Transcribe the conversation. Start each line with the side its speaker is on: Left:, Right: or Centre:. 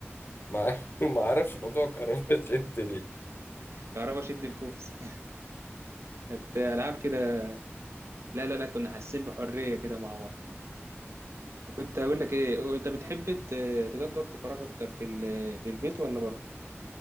Left: ما <laughs> ما اعرفش موضوع كهرباء شد ليه
Right: كهرباء شد الكوبس <laughs> كانت العاب كده لا لا لا كنا حاسين بحريه كده مع بعض كنت هقول لك ايه وانت بتحب ت- تقضي وقت فراغ اكتر في ال- في البيت ولا بره